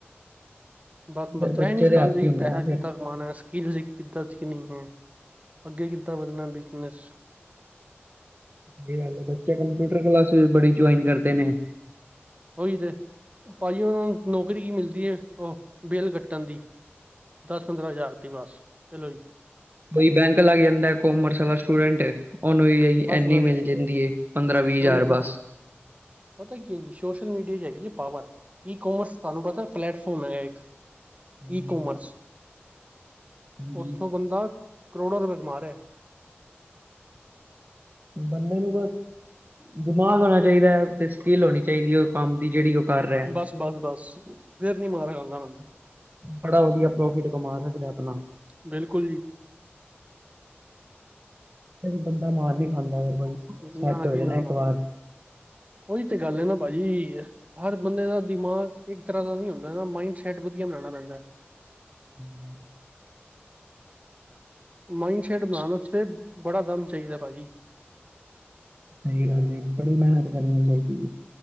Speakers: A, on the right; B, on the right.
A: ਬਸ ਬਸ
B: ਫਿਰ ਬੱਚੇ
A: ਇਹ ਨੀ ਸਿਖਾਂਦੇ
B: ਦੇ ਹੱਥ ਹੀ
A: ਕਿ
B: ਹੁੰਦੇ
A: ਪੈਸਾ
B: ਨਾ ਫਿਰ
A: ਕਿੱਦਾਂ ਕਮਾਣਾ ਸਕੀਲ ਕਿੱਦਾਂ ਸਿਖਣੀ ਨਹੀਂ ਹੈ। ਅੱਗੇ ਕਿੱ ਕੀਤਾ ਵਧਣਾ ਬਿਜ਼ਨਸ,
B: ਗੱਲ ਹੈ ਬੱਚੇ ਕੰਪਿਊਟਰ ਕਲਾਸ ਵੀ ਬੜੀ ਜੁਆਇਨ ਕਰਦੇ ਨੇ,
A: ਉਹੀ ਤੇ ਭਾਜੀ ਉਹਨਾਂ ਨੂੰ ਨੌਕਰੀ ਕੀ ਮਿਲਦੀ ਹੈ ਉਹ ਬਿੱਲ ਕੱਟਣ ਦੀ, ਦਸ ਪੰਦਰਾਂ ਹਜ਼ਾਰ ਦੀ ਬਸ ਚਲੋ ਜੀ
B: ਬਈ ਬੈਂਕ ਲੱਗ ਜਾਂਦਾ ਹੈ ਕੋਮਰਸ ਵਾਲਾ ਸਟੂਡੈਂਟ ਹੈ ਉਹਨੂੰ ਵੀ
A: ਬਸ
B: ਐਨੀ
A: ਬਸ
B: ਮਿਲ ਜਾਂਦੀ ਹੈ ਪੰਦਰਾਂ ਵੀਹ ਹਜ਼ਾਰ
A: ਉਹੀ ਤੇ
B: ਬਸ
A: ਪਤਾ ਕੀ ਹੈ ਜੀ ਸੋਸ਼ਲ ਮੀਡੀਆ ਚ ਹੈਗੀ ਪਾਵਰ ਈ ਕੋਮਰਸ ਤੁਹਾਨੂੰ ਪਤਾ ਪਲੈਟਫੋਮ ਹੈਗਾ ਇੱਕ
B: ਹਾਂਜੀ,
A: ਈ ਕੋਮਰਸ
B: ਹਾਂਜੀ।
A: ਉੱਥੋਂ ਬੰਦਾ ਕਰੋੜਾਂ ਰੁਪਏ ਕਮ ਰਿਹਾ
B: ਮੰਨੇ ਨੂੰ ਬਸ ਦਿਮਾਗ ਹੋਣਾ ਚਾਹੀਦਾ ਤੇ ਸਕਿੱਲ ਹੋਣੀ ਚਾਹੀਦੀ ਹੈ ਉਹ ਕੰਮ ਦੀ ਜਿਹੜੀ ਉਹ ਕਰ ਰਿਹਾ
A: ਬਸ ਬਸ ਬਸ ਫੇਰ ਨੀ ਮਾਰ ਖਾਂਦਾ ਬੰਦਾ
B: ਬੜਾ ਵਧੀਆ ਪ੍ਰੋਫਿਟ ਕਮਾ ਸਕਦਾ ਆਪਣਾ।
A: ਬਿਲਕੁਲ ਜੀ
B: ਬੰਦਾ ਮਾਰ ਨੀ ਖਾਂਦਾ, ਸੈਟ
A: ਨਾ
B: ਹੋ
A: ਜੀ
B: ਜਾਣਾ
A: ਨਾ
B: ਇੱਕ ਵਾਰ,
A: ਉਹੀ ਤੇ ਗੱਲ ਹੈ ਨਾ ਭਾਜੀ ਹਰ ਬੰਦੇ ਦਾ ਦਿਮਾਗ ਇੱਕ ਤਰ੍ਹਾਂ ਦਾ ਨਹੀਂ ਹੁੰਦਾ ਮਾਈਡ ਸੈਟ ਵਧੀਆ ਬਣਾਣਾ ਪੈਂਦਾ।
B: ਹੂੰ,
A: ਮਾਈੰਡਸੈਟ ਬਣਾਉਣ ਵਾਸ ਬੜਾ ਦਮ ਚਾਹੀਦਾ ਭਾਅ ਜੀ,
B: ਸਹੀ ਰਹਦੇ ਬੜੀ ਮਿਹਨਤ ਕਰਨੀ ਚਾਹੀਦੀ ਹੈ।